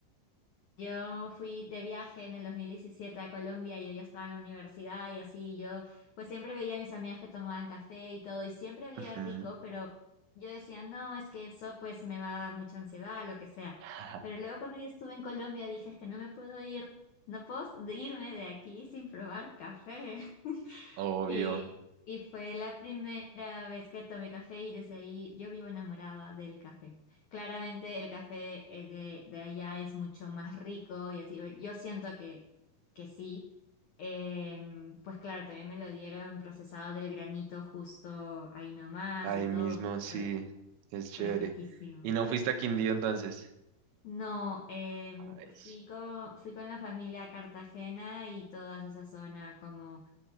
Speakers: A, on the left (about 85°); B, on the right (about 85°).
A: Yo fui de viaje en el 2017 a Colombia y yo ya estaba en la universidad y así yo pues siempre veía a mis amigas que tomaban café y todo y siempre olía
B: Ujú.
A: rico, pero yo decía, no, es que eso pues me va a dar mucha ansiedad, lo que sea.
B: <laughs>
A: Pero luego cuando yo estuve en Colombia dije, es que no me puedo ir, no puedo s- de irme de aquí sin probar café.
B: Obvio.
A: Y, y fue la primera vez que tomé café y desde ahí yo vivo enamorada del café. Claramente el café eh, de, de allá es mucho más rico y así, yo siento que, que sí. Em, pues claro, también me lo dieron procesado del granito justo ahí nomás
B: Ahí
A: y todo.
B: mismo, sí.
A: Fue,
B: Es chévere.
A: fue riquísimo.
B: ¿Y no fuiste a Quindío entonces?
A: No, em,
B: Ay.
A: fui con, fui con la familia a Cartagena y toda esa zona como